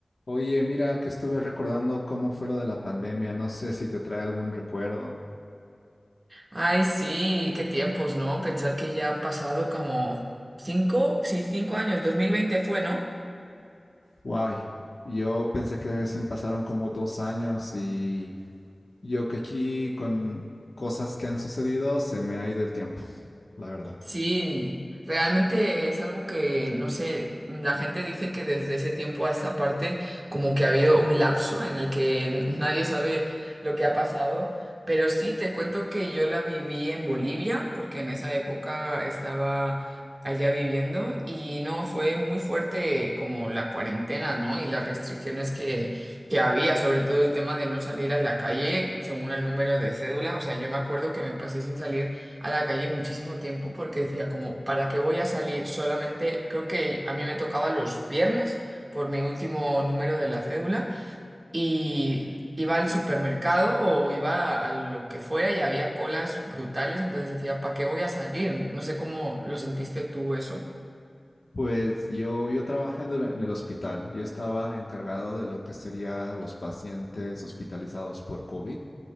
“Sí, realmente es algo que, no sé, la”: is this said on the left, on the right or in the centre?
Right